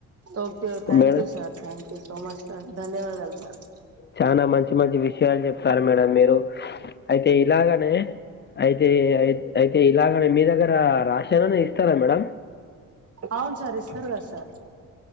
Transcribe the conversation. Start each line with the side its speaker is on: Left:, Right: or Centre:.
Right: okay thank
Left: madam
Right: you sir thank you so much sir ధన్యవాదాలు సార్
Left: చానా మంచి మంచి విషయాలు‌ చెప్పారు మేడం మీరు అయితే ఇలాగనే అయితే ఐ అయితే ఇలాగనే మీ దగ్గర రాషనును ఇస్తారా మేడం
Right: అవును సార్ ఇస్తారు గా సార్